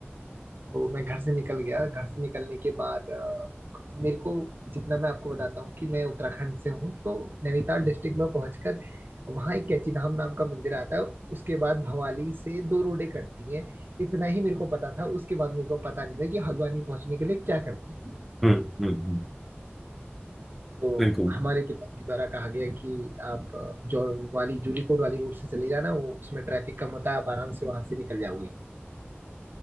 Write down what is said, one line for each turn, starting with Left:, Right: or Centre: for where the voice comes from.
Right: तो मैं घर से निकल गया घर से निकलने के बाद अ, मेरे को जितना मैं आपको बताता हूँ कि मैं उत्तराखंड से हूँ तो नैनीताल डिस्ट्रिक्ट में पहुंचकर वहाँ एक कैची धाम नाम का मंदिर आता है उसके बाद भवाली से दो रोडें कटती हैं इतना ही मेरे को पता था उसके बाद मेरे को पता नहीं था कि हल्द्वानी पहुंचने के लिए क्या करते हैं
Centre: हम्म हम्म हम्म,
Right: तो
Centre: बिल्कुल
Right: हमारे पिताजी द्वारा कहा गया कि आप अ, जो वाली जूलीकोट वाली रोड से चले जाना वो उसमें ट्रैफिक कम होता है आप आराम से वहां से निकल जाओगे